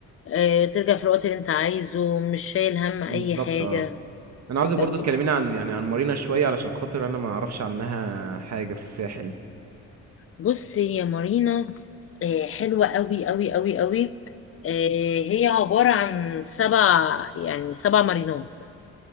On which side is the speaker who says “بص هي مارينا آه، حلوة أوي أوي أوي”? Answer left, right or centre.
Left